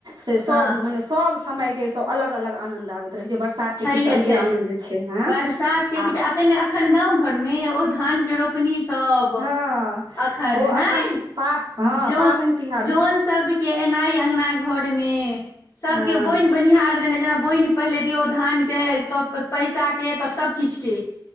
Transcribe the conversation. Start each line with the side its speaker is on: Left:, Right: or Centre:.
Right: से सब
Left: हँ
Right: म ने सब समय के सब अलग अलग आनंद आबैत रहे छै बर्षा साथ
Left: छैहे
Right: के किछु अलगे
Left: छैहे
Right: आनन्द छै ह
Left: बरसात के किछु
Right: आ
Left: ताहिमे अखन गाँव घर में ओ धान के रोपनी सब
Right: हँ
Left: अखन
Right: ओ
Left: नहा
Right: एखन पा हँ
Left: जन
Right: पाबनि तिहार
Left: जन सब के एनाइ अगना घर में सब
Right: हँ
Left: के बोनि बनिहार देना जेना बोनि पहिले दियौ धान के तऽ पैसा के तऽ सबकिछ के